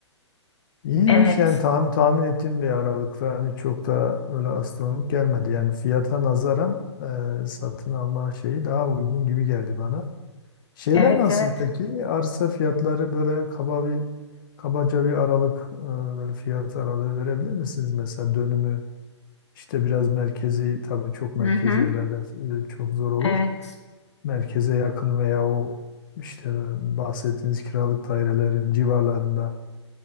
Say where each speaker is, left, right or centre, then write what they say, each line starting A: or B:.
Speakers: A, on the left; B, on the left.
A: İyiymiş
B: Evet.
A: yani tahmin, tahmin ettiğim bir aralıkta hani çok da öyle astronomik gelmedi. Yani fiyata nazaran e, satın alma şeyi daha uygun gibi geldi bana. Şeyler
B: Evet
A: nasıl
B: evet.
A: peki? Arsa fiyatları böyle kaba bir kabaca bir aralık e, böyle fiyat aralığı verebilir misiniz? Mesela dönümü işte biraz merkezi tabii çok merkezi
B: Hı hı.
A: yerlerde e, çok zor olur.
B: Evet.
A: Merkeze yakın veya o işte bahsettiğiniz kiralık dairelerin civarlarında